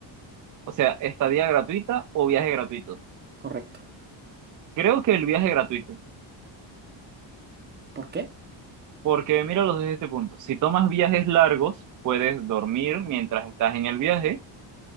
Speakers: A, on the right; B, on the right.
A: O sea, estadía gratuita o viaje gratuito.
B: Correcto.
A: Creo que el viaje gratuito,
B: ¿Por qué?
A: porque míralos desde este punto. Si tomas viajes largos, puedes dormir mientras estás en el viaje